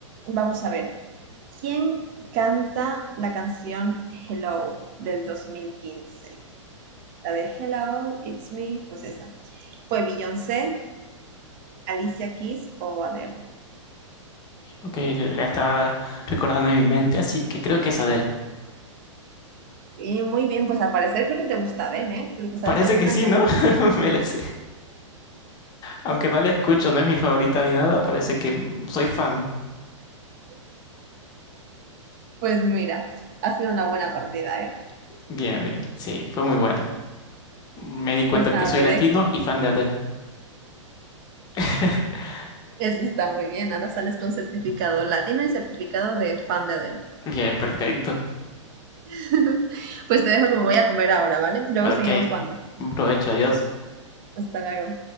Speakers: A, on the right (about 40°); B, on the left (about 25°).
A: vamos a ver. ¿Quién canta la canción Hello del 2015. La de Hello, It's Me, pues esa. Fue Beyoncé, Alicia Keys o Adele.
B: Ok, la la estaba recordando en mi mente, así que creo que es Adele.
A: Y muy bien, pues al parecer creo que te gusta Adele, ¿eh? Porque te sabes
B: Parece
A: algunas
B: que sí,
A: canciones
B: ¿no? <laughs>
A: de ella.
B: Me la sé. Aunque no la escucho, no es mi favorita ni nada, parece que soy fan.
A: Pues mira, ha sido una buena partida, ¿eh?
B: Bien, bien. Sí, fue muy buena. Me di cuenta
A: Pues nada,
B: que soy
A: te
B: latino
A: dejo.
B: y fan de Adele. <laughs>
A: Eso está muy bien. Ahora sales con certificado latino y certificado de fan de Adele.
B: Bien, perfecto.
A: <laughs> Pues te dejo que me voy a comer ahora, ¿vale? Luego
B: Ok.
A: seguimos jugando.
B: Un provecho, adiós.
A: Hasta luego.